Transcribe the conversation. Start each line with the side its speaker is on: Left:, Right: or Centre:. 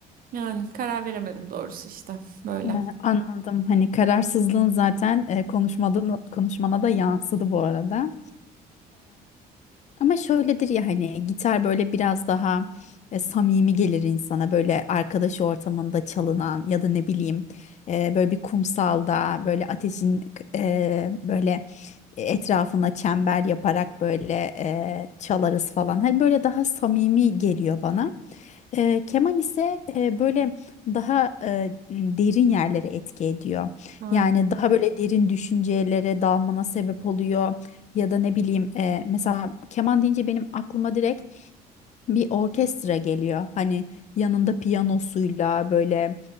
Right: yani karar veremedim doğrusu işte böyle.
Left: Ee, Anladım. Hani kararsızlığın zaten e, konuşmadan, konuşmana da yansıdı bu arada. Ama şöyledir ya hani gitar böyle biraz daha e, samimi gelir insana böyle arkadaş ortamında çalınan ya da ne bileyim e, böyle bir kumsalda böyle ateşin e, böyle etrafına çember yaparak böyle e, çalarız falan. Hani böyle daha samimi geliyor bana. E, keman ise e, böyle daha e, derin yerlere etki ediyor.
Right: Aynen.
Left: Yani daha böyle derin düşüncelere dalmana sebep oluyor. Ya da ne bileyim e, mesela keman deyince benim aklıma direkt bir orkestra geliyor. Hani yanında piyanosuyla böyle